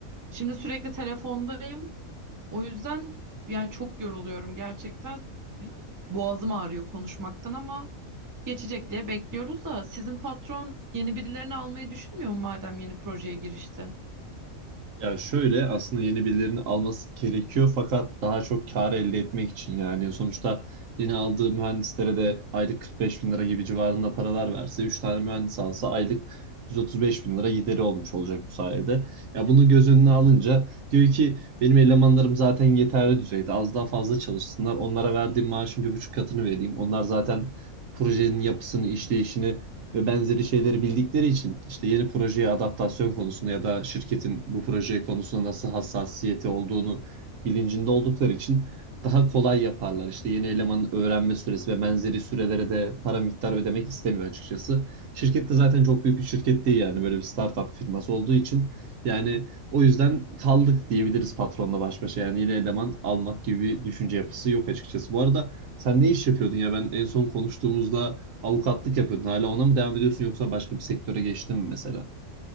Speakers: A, on the right; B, on the right.
A: Şimdi sürekli telefondayım. O yüzden yani çok yoruluyorum gerçekten. Boğazım ağrıyor konuşmaktan ama geçecek diye bekliyoruz da sizin patron yeni birilerini almayı düşünmüyor mu madem yeni projeye girişti?
B: Ya şöyle aslında yeni birilerini alması gerekiyor fakat daha çok kar elde etmek için yani sonuçta yeni aldığı mühendislere de aylık 45 bin lira gibi civarında paralar verse 3 tane mühendis alsa aylık 135 bin lira gideri olmuş olacak bu sayede. Ya bunu göz önüne alınca diyor ki benim elemanlarım zaten yeterli düzeyde az daha fazla çalışsınlar onlara verdiğim maaşın bir buçuk katını vereyim onlar zaten projenin yapısını işleyişini ve benzeri şeyleri bildikleri için işte yeni projeye adaptasyon konusunda ya da şirketin bu proje konusunda nasıl hassasiyeti olduğunu bilincinde oldukları için daha kolay yaparlar. İşte yeni elemanın öğrenme süresi ve benzeri sürelere de para miktar ödemek istemiyor açıkçası. Şirket de zaten çok büyük bir şirket değil yani böyle bir startup firması olduğu için yani o yüzden kaldık diyebiliriz patronla baş başa. Yani yeni eleman almak gibi bir düşünce yapısı yok açıkçası. Bu arada sen ne iş yapıyordun ya ben en son konuştuğumuzda Avukatlık yapıyordun. Hala ona mı devam ediyorsun yoksa başka bir sektöre geçtin mi mesela?